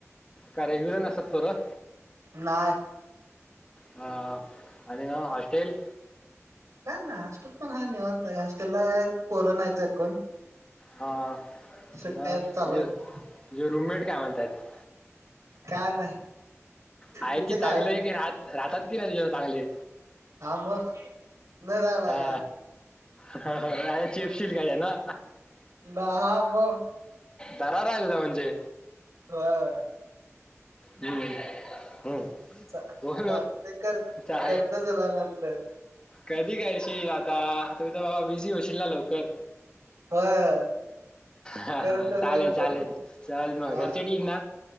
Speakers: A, on the left (about 15°); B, on the right (about 70°).
A: का रेग्युलर नसतात पोरं.?
B: नाय.
A: हा आणि ना हॉस्टेल.
B: काय ना हॉस्टेल पण ह निवता हॉस्टेलला पोर नाहीयच कोण.
A: हा
B: सुट्ट्या
A: तुे
B: आहेत चालू आहेत
A: तुे रुममेट काय म्हणतायात.
B: काय नाही
A: आहे
B: तुमचं
A: की
B: काय
A: चांगले की राहत राहतात की नाही तुच्या चांगले.
B: हा मग. न राहिला
A: हा
B: काय.
A: अरे चिपशील काय आहे ना.
B: ना. हा मग
A: दरारा आहे तुझा म्हणजे
B: होय
A: हम्म. हम्म. बोल
B: चा- चालतंय कर
A: च
B: करतो तुला नंतर
A: का? करशील आता तु तर बाबा बिझी होशील ना लवकर.
B: होय.
A: हा
B: करतो
A: हा चालेल
B: करतो
A: चालेल. चल मग
B: हा
A: घरचे ठीक ना?